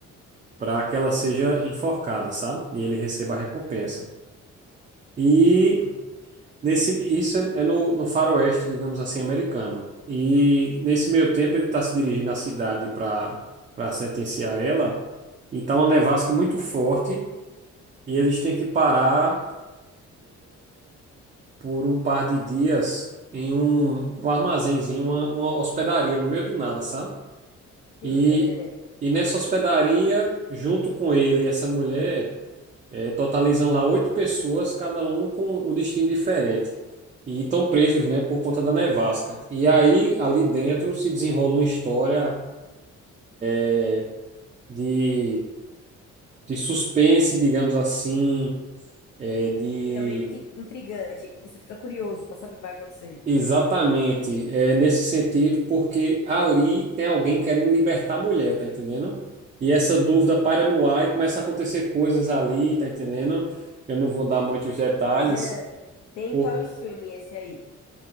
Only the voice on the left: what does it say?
Sim,
sim,
tô entendendo.
Fica meio inti- intrigante. tipo, Você fica curioso pra saber o que vai acontecer.
Ah.
<laughs> Tem
qual streaming esse aí?